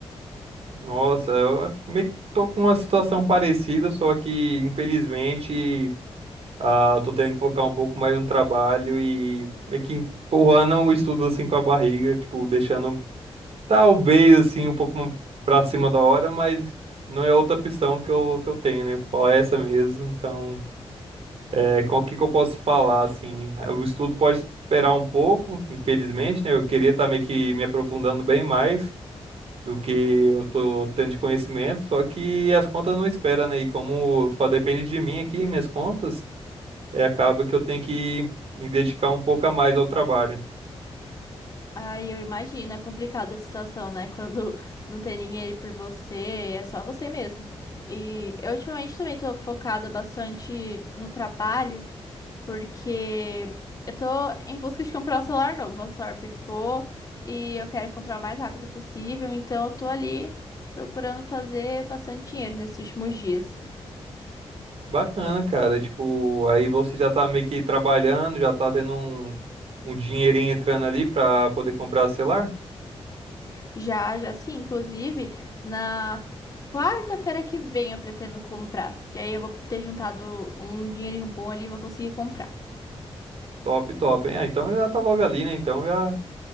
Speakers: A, on the right; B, on the left.
A: Nossa, eu meio que tô com uma situação parecida, só que infelizmente ah, eu tô tendo que focar um pouco mais no trabalho e meio que empurrando o estudo assim com a barriga, tipo, deixando talvez assim um pouco pra cima da hora, mas não é outra opção que eu, que eu tenho, né? Só essa mesmo, então. É, com o que que eu posso falar, assim, Ah, o estudo pode esperar um pouco, infelizmente, né? Eu queria estar meio que me aprofundando bem mais do que eu tô tendo de conhecimento, só que as contas não esperam, né? E como só depende de mim aqui, minhas contas, é, acaba que eu tenho que me dedicar um pouco a mais ao trabalho.
B: Ai, eu imagino, é complicada a situação, né? Quando não tem ninguém ali por você, é só você mesmo. E eu ultimamente também tô focada bastante no trabalho, porque eu tô em busca de comprar um celular novo. Meu celular pifou e eu quero comprar o mais rápido possível, então eu tô ali procurando fazer bastante dinheiro nesses últimos dias.
A: Bacana, cara, tipo, aí você já tá meio que trabalhando, já tá tendo um, um dinheirinho entrando ali pra poder comprar celular?
B: Já, já sim. Inclusive, na quarta-feira que vem eu pretendo comprar. Que aí eu vou ter juntado um dinheirinho bom ali e vou conseguir comprar.
A: Top, top, hein? Ah, então já tá logo ali, né? Então já